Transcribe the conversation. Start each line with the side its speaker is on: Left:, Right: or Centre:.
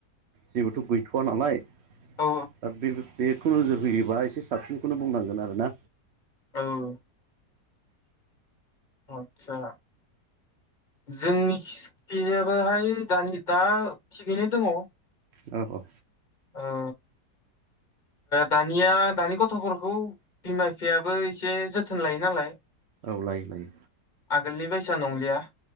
Right: जेबोथ' गैथ'व नालाय।
Left: औ
Right: दा बे बेखौ नोजोर होयोबा एसे साबसिनखौनो बुंनांगोन आरोना।
Left: औ आतसा। जोंनि सिखायजोबोहाय दानि दा थिगैनो दङ।
Right: अ अ।
Left: औ दानिया दानि गथ'फोरखौ बिमा बिफायाबो एसे जोथोन लायो नालाय।
Right: औ लायो लायो।
Left: आगोलनि बायसा नंलिया।